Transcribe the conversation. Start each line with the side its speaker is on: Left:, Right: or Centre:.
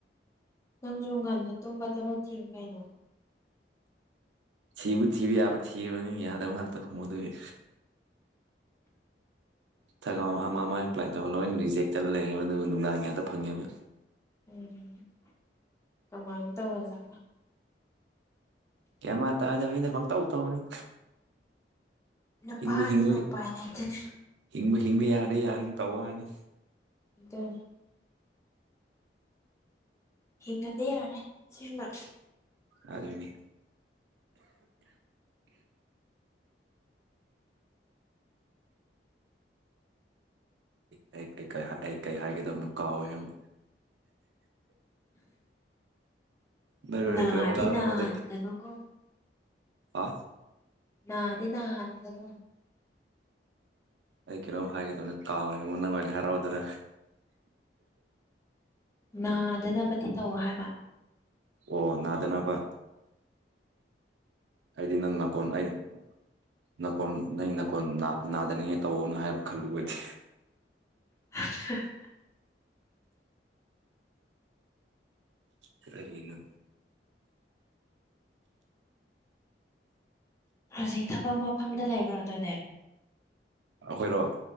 Left: ꯅꯪꯖꯨ ꯉꯟꯅ ꯇꯨꯝꯕ ꯊꯕꯛ ꯊꯤꯌꯨ ꯀꯩꯅꯣ
Right: ꯊꯤꯕꯨ ꯊꯤꯕ ꯌꯥꯕ ꯊꯤꯔꯕꯅꯤ ꯌꯥꯗꯕ ꯉꯥꯛꯇ ꯐꯪꯕ ꯑꯗꯨꯒꯤ ꯊꯕꯛ ꯑ ꯑꯃ ꯑꯃ ꯑꯦꯄ꯭ꯂꯥꯏ ꯇꯧꯕ ꯂꯣꯏꯅ ꯔꯤꯖꯦꯛ ꯆꯠꯂ‌ꯦꯕ ꯑꯗꯨ ꯅꯨꯡꯗꯥꯡꯒꯤ ꯉꯥꯛꯇ ꯐꯪꯉꯦꯕ
Left: ꯎꯝ ꯀꯃꯥꯏꯟ ꯇꯧꯔꯖꯥꯠꯅꯣ
Right: ꯒꯌꯥꯟ ꯃꯟ ꯇꯥꯗꯕꯤꯗ ꯄꯪꯇꯧ ꯇꯧꯕꯅꯤ
Left: ꯅꯨꯄꯥꯅꯤꯅ
Right: ꯍꯤꯡꯕꯨ ꯍꯤꯡꯕ
Left: ꯎꯄꯥꯏ ꯂꯩꯇꯦꯅꯦ
Right: ꯍꯤꯡꯕꯨ ꯍꯤꯡꯕ ꯌꯥꯔꯗꯤ ꯌꯥꯔꯅꯤ ꯇꯧꯕꯋꯥꯅꯤ
Left: ꯑꯗꯨꯟ ꯍꯤꯡꯉꯗꯤ ꯌꯥꯔꯦ ꯁꯤꯃ
Right: ꯑꯗꯨꯅꯤ ꯀ ꯀꯩ ꯀꯥꯏ ꯍꯥꯏ ꯑꯩ ꯀꯩ ꯍꯥꯏꯒꯗꯧꯅꯣ ꯀꯥꯎꯔꯦ ꯑꯃꯨꯛ ꯅꯪ ꯑꯣꯏꯅ
Left: ꯅꯥꯔꯗꯤ
Right: ꯀꯩꯅꯣꯝꯃ ꯉꯥꯡꯂꯛꯑꯣꯅꯦ
Left: ꯅꯥꯟꯒꯅꯨꯀꯣ
Right: ꯑꯥ
Left: ꯅꯥꯗꯤ ꯅꯥꯍꯟꯒꯅꯨ
Right: ꯑꯩ ꯀꯩꯅꯣꯝ ꯍꯥꯏꯒꯩ ꯇꯧꯕꯅꯤ ꯀꯥꯎꯔꯦꯉꯣ ꯅꯪ ꯑꯣꯏꯅ ꯍꯥꯏꯔꯛꯑꯣꯗꯅ
Left: ꯅꯥꯗꯅꯕꯗꯤ ꯇꯧ ꯍꯥꯏꯕ
Right: ꯑꯣ ꯅꯥꯗꯅꯥꯕ ꯑꯩꯗꯤ ꯅꯪ ꯅꯥꯀꯣꯟ ꯑꯩꯅꯤ ꯅꯀꯣꯟ ꯅꯪꯒꯤ ꯅꯀꯣꯟ ꯅꯥ ꯅꯥꯗꯅꯤꯡꯉꯦ ꯇꯧꯋꯣꯅ ꯍꯥꯏꯕ ꯈꯜꯂꯨꯕ ꯑꯩꯗꯤ
Left: <unintelligible>
Right: ꯀꯔꯤꯅꯣ
Left: ꯍꯧꯖꯤꯛ ꯊꯕꯛ ꯃꯐꯝꯗ ꯂꯩꯕ꯭ꯔꯣ ꯑꯗꯨꯗꯤ
Right: ꯑꯈꯣꯏꯔꯣ